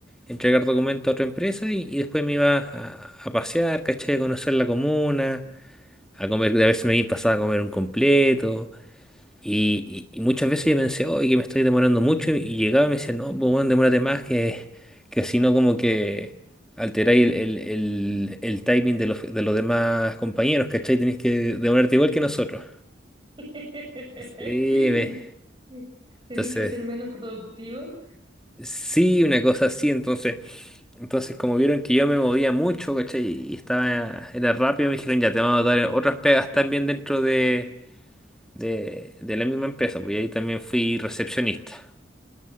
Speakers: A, in the centre; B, on the right.
A: Entregar documentos a otra empresa y, y después me iba a, a pasear, ¿cachai? A conocer la comuna, a comer, a veces me iba pasaba a comer un completo. Y, y- y muchas veces yo pensé, oye, que me estoy demorando mucho. Y, y llegaba y me decía, no, pues bueno, demórate más que, que si no, como que alteráis el, el, el- el timing de los, de los demás compañeros, ¿cachai? Tenéis que demorarte igual que nosotros.
B: <laughs>
A: Sí, me-
B: Tenés
A: entonces,
B: que ser menos productivo.
A: sí, una cosa así, entonces. Entonces, como vieron que yo me movía mucho, ¿cachai? Y estaba, era rápido, me dijeron, ya te vamos a dar otras pegas también dentro de, de, de la misma empresa, pues y ahí también fui recepcionista.